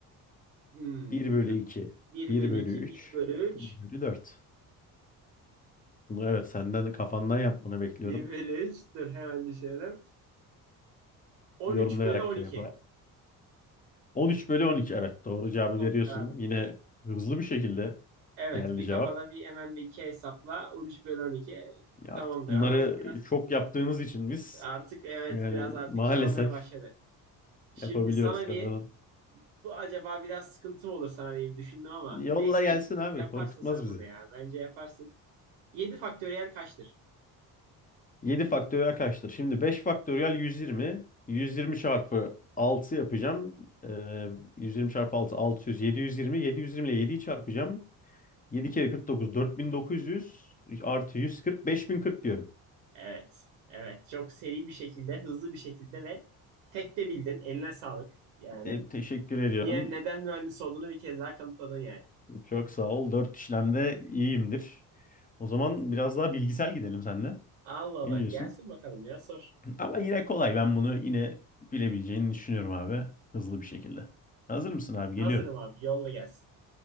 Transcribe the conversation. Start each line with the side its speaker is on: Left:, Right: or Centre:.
Right: Hmm,
Left: Bir bölü
Right: dur.
Left: iki,
Right: 1
Left: bir
Right: bölü
Left: bölü
Right: iki,
Left: üç,
Right: bir bölü üç,
Left: bir bölü 4. Bunu evet senden kafandan yapmanı bekliyorum.
Right: bir bölü 3. Dur hemen düşünelim. 13
Left: Yorumlayarak
Right: bölü on iki.
Left: da yap. 13 bölü 12 evet doğru cevabı
Right: Son
Left: veriyorsun.
Right: kararım.
Left: Yine hızlı bir şekilde
Right: Evet
Left: geldi
Right: bir
Left: cevap.
Right: kafada bir hemen bir iki hesapla 13 bölü 12
Left: Ya
Right: tamamdır
Left: Artık bunları
Right: ama biraz
Left: çok yaptığımız için biz
Right: artık evet
Left: yani
Right: biraz artık
Left: maalesef
Right: şey olmaya başladı. Şimdi
Left: yapabiliyoruz
Right: sana
Left: kafadan.
Right: bir Bu acaba biraz sıkıntı mı olur sana diye bir düşündüm ama
Left: Yolla
Right: neyse
Left: gelsin abi
Right: yaparsın
Left: korkutmaz
Right: sen
Left: bizi.
Right: bunu ya. Bence yaparsın. 7 faktöriyel kaçtır?
Left: 7 faktöriyel kaçtır? Şimdi 5 faktöriyel 120. 120 çarpı 6 yapacağım. Ee, 120 çarpı 6 600. 720. 720 ile 7'yi çarpacağım. 7 kere 49 4900 artı 140 5040 diyorum.
Right: Evet. Evet. Çok seri bir şekilde, hızlı bir şekilde ve tek de bildin. Eline sağlık. Yani
Left: E, teşekkür ediyorum.
Right: niye neden mühendis olduğunu bir kez daha kanıtladın yani.
Left: Çok sağ ol. Dört işlemde iyiyimdir. O zaman biraz daha bilgisel gidelim seninle.
Right: Allah Allah.
Left: Ne diyorsun?
Right: Gelsin bakalım ya sor.
Left: Ama yine kolay. Ben bunu yine bilebileceğini düşünüyorum abi. Hızlı bir şekilde. Hazır mısın abi?
Right: Hazırım
Left: Geliyorum.
Right: abi. Yolla gelsin.